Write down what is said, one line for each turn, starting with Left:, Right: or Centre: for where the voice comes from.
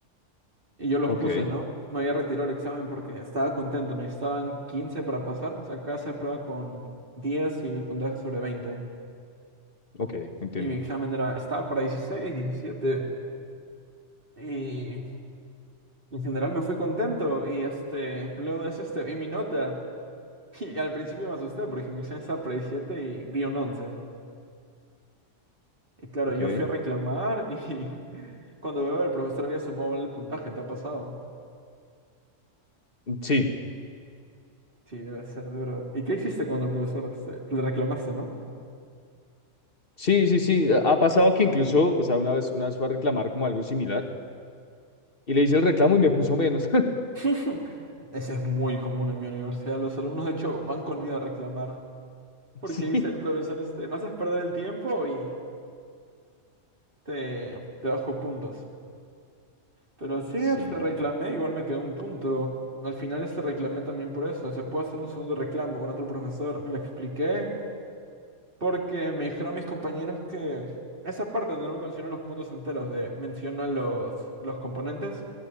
Right: Y yo los
Left: Ok,
Right: puse, ¿no? Me había retirado el examen porque estaba contento. Necesitaban 15 para pasar. O sea, acá se aprueba con 10 y el puntaje sobre veinte
Left: ok, entiendo.
Right: Y mi examen era, estaba para 16, 17. Y en general me fui contento y este, luego de eso este, vi mi nota <laughs> y al principio me asusté porque mi examen estaba para 17 y vi un once Y claro,
Left: Ok,
Right: yo fui a reclamar y <laughs> cuando veo el profesor había sumado mal el puntaje, ¿te ha pasado?
Left: sí,
Right: Sí, debe ser duro. ¿Y qué hiciste cuando el profesor este, le reclamaste, no?
Left: sí, sí, sí. Ha ha pasado que incluso, o sea, una vez, una vez fue a reclamar como algo similar y le hice el reclamo y me puso menos.
Right: <laughs> Eso es muy común en mi universidad. Los alumnos, de hecho, van conmigo a reclamar. Porque
Left: <laughs> Sí,
Right: dice el profesor, este, me haces perder el tiempo y te, te bajo puntos. Pero sí,
Left: Sí,
Right: este reclamé, igual me quedó un punto. Al final este reclamé también por eso. Se puede hacer un segundo reclamo con otro profesor. Le expliqué porque me dijeron mis compañeros que esa parte donde no me considero los puntos enteros de menciona los, los componentes,